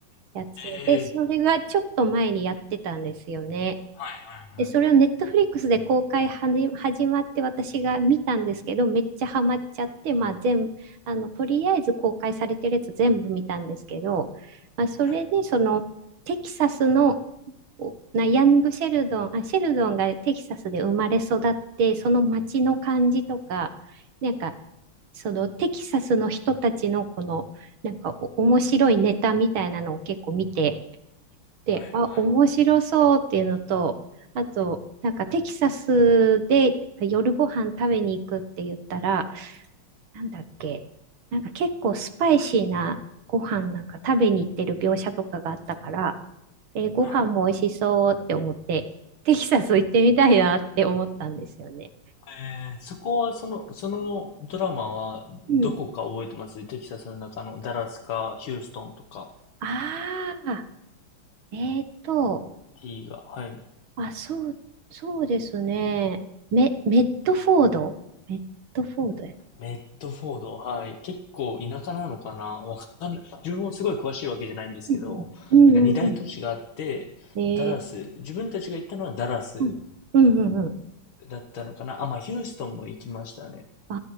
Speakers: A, on the right; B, on the left.
A: やつで、
B: い。へえ、
A: それがちょっと前にやってたんですよね。
B: はいはいはい
A: で、それをネットフリックスで公開はじ、始まって私が見たんですけど、めっちゃハマっちゃって、まあ全部、あの、とりあえず公開されてるやつ全部見たんですけど、まあそれでそのテキサスの
B: はい
A: おなヤングシェルドン、あ、シェルドンがテキサスで生まれ育って、その街の感じとか、なんか、そのテキサスの人たちのこの、なんかお面白いネタみたいなのを結構見て、で、
B: はいは
A: あ、面白そうっていうのと、あと、なんかテキサスで夜ご飯食べに行くって言ったら、なんだっけ、なんか結構スパイシーなご飯なんか食べに行ってる描写とかがあったから、えーご飯も美味しそうって思って、
B: い
A: テキサス行ってみたいなって思ったんですよね。
B: はい。えー、そこは、その、そのドラマは、どこか覚えてますテキサスの中のダラスか、
A: うん。
B: ヒューストンとか、
A: ああ、えーと、
B: T が。はい。
A: あ、そう、そうですね。メ、メットフォードメットフォードや。
B: メッドフォード、はい。結構田舎なのかなわかんない、自分もすごい詳しいわけじゃないんですけど、
A: うんうんうんうんうん
B: なんか二大都市があって、
A: えー、
B: ダラス、自分たちが行ったのはダラス
A: うん、うんうんうん。
B: だったのかなあ、まあ、ヒューストンも行きましたね。
A: あ